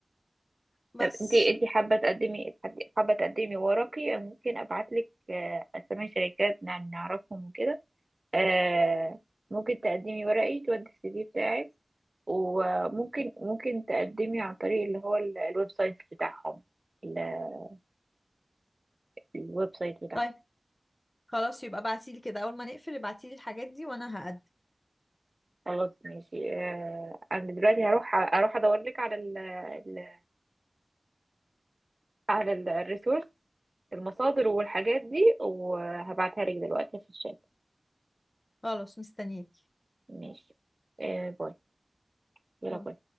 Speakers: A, on the left (about 25°); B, on the right (about 35°).
A: بس
B: طب انتي انتي حابة تقدمي حابة تقدمي ورقي أنا ممكن ابعتلك آه، اسامي شركات نع- نعرفهم وكده آه، ممكن تقدمي ورقي تودي السي في بتاعك وممكن ممكن تقدمي عن طريق اللي هو ال- الويب سايت بتاعهم ال- الويب سايت بتاعهم
A: طيب خلاص يبقى ابعتيلي كده اول ما نقفل ابعتيلي الحاجات دي وانا هقدم
B: خلاص ماشي آه، انا دلوقتي هروح اروح ادور لك على ال ال- على ال- الريسورس المصادر والحاجات دي وهبعتها لك دلوقتي في الشات
A: خلاص مستنيك
B: ماشي آه، باي يلا
A: باي.
B: باي